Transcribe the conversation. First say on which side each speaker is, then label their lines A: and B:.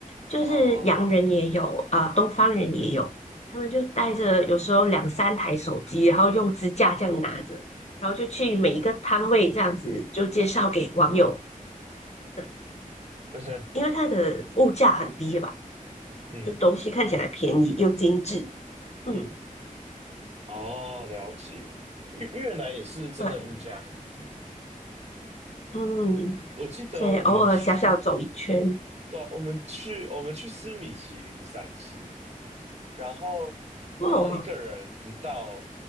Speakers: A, on the left; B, on the right.
A: 就是洋人也有啊、
B: 哦，
A: 东方人也有，他们就带着有时候两三台手机，然后用支架这样拿着，然后就去每一个摊位这样子就介绍给网友的，
B: <laughs>
A: 因为它的物价很低吧，
B: 嗯
A: 就东西看起来便宜又精致，嗯，
B: 嗯，哦，了解。越越南也是真的物价很低，
A: 对，嗯，
B: 我记得我们去
A: 所以偶尔小小走一圈，
B: 到我们去我们去吃米其林三星，然后然后一个人不到
A: 哇，